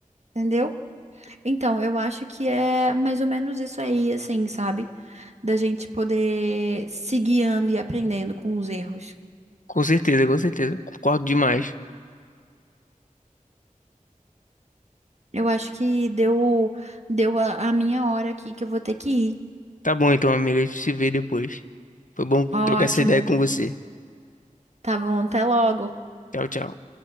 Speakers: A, on the right; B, on the left.
A: Entendeu? Então, eu acho que é mais ou menos isso aí, assim, sabe? Da gente poder se guiando e aprendendo com os erros.
B: Com certeza, com certeza. Concordo demais.
A: Eu acho que deu, deu a a minha hora aqui que eu vou ter que ir.
B: Tá bom então, amiga. A gente se vê depois. Foi bom
A: Ótimo.
B: trocar essa ideia com você.
A: Tá bom, até logo.
B: Tchau, tchau.